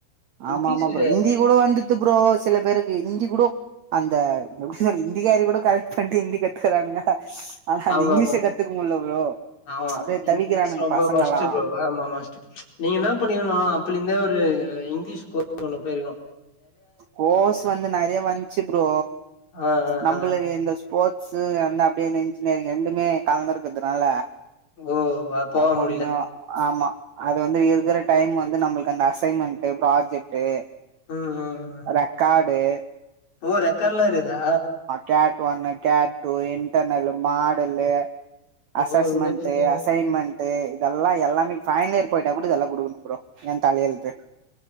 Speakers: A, on the right (about 80°); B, on the left (about 45°).
A: ஆமாமா
B: இங்கிலீஷு
A: ப்ரோ இந்தி கூட வந்துட்டு அப்புறோ சில பேருக்கு இந்தி கூடோ அந்த எப்டி சொல்றது இந்திகாரி கூட கரெக்ட் பண்ட்டு இந்தி கத் துக்கறானுங்க ஆனா இந்
B: ஆமா
A: இங்க்லீஷ கத்துக் முல்ல ப்ரோ
B: ஆமா
A: அப்டியே
B: இங்க்லீஷ்
A: தவிக்கிறானுங்க
B: ரொம்ப
A: பசங்கல்லா
B: மஸ்ட்டு ப்ரோ ஆமா மஸ் நீங்க என்ன பண்ணிருக்கணுனா அப்பலந்தே அ ஒரு இங்க்லீஷ் கோஸ் ஒண்ணு போயிருக்ணு
A: கோஸ் வந்து நெறய வந்ச்சு ப்ரோ
B: ஆ ஆ
A: நம்பளுக்கு
B: ஆ
A: இந்த ஸ்போ ட்ஸ் அந்த அப்டே இந்த இன்ஜினியரிங் ரெண்டுமே கலந்துருக்கிற்துனால
B: ஓ போக
A: அ கொஞ்சோ
B: முடியல
A: ஆமா அது வந்து இருக்கற டைம் வந்து நம்ளுக்கு அந்த அசைன்மெண்ட்டு ப்ராஜெக்ட்டு
B: ம் ம் ம்
A: ரெக்காடு
B: ஓ ரெக்காட்லா இருக்குதா
A: கேட் ஒன்னு கேட் டூ இன்டர்னல்லு மாடல்லு அசஸ்மெண்ட்டு
B: ஓ இவ்ளோ பெரிய
A: அசைன்மெண்ட்டு இதெல்லா எல்லாமே ஃபைன்ல் யேரு போய்ட்டா கூட இதெல்லா குடுக்கணு ப்ரோ ஏ தலையெழுத்து